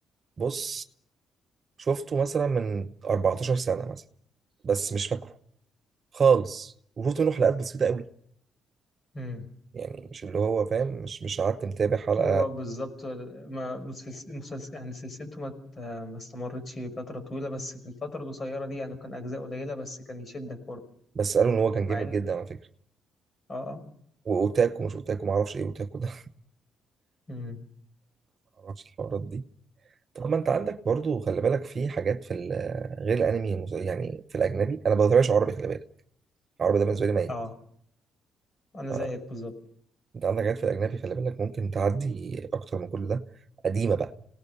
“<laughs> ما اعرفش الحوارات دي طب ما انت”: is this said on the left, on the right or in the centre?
Right